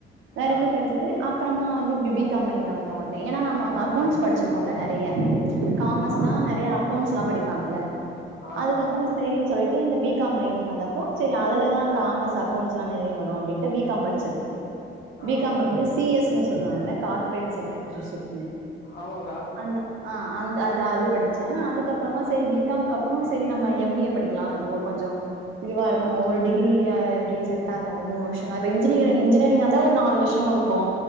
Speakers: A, on the right; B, on the left.
A: வேற
B: ஆ
A: க்ருப் அப்றமா வந்து இப்டி பிகாம் லைன்ல வந்த ஒடனே எனா நம்ம அங்க அக்கௌண்ட்ஸ் படிச்சிருப்போம்ல நெறைய காமஸ்னா
B: ஆமா
A: நெறைய போன்ஸ் லா படிப்பாங்கல்ல
B: ஆ
A: அதுக்கப்பற
B: ஆ ஆ
A: ஸேரின் சொல்லிட் இந்த பி காம் லைனுக்கு வந்தப்போ ஸரி அதுலதா காமர்ஸ் அக்கவுண்ட்ஸ் லா நெறயா வரு அப்டின்ட்டு பி காம் படிச்சது பி
B: ஆ
A: பி காம் ல வந்து ஸி எஸ் னு சொல்றாங்கள கார்பரேட் ஸெக்ரடரி ஷிப்
B: ஆமாங்க்கா
A: அந் அ அ அது படிச்சே அதுக் அதுக்கப்றமா ஸரி பி காம் கப்றொ ஸரி நம்ம எம் பி ஏ படிக்லா கொஞ்சொ இதுவா இருக்கு
B: ஆ
A: ஒரு டிகிரி ய அ எப்டி ஸெட்டாகாது மூணு வருஷொ தா இப்ப இன்ஜினீகரா இன்ஜினெயரிங்கா இருந்தா ஒரு நாலு வர்ஷொ தோ ருக்கு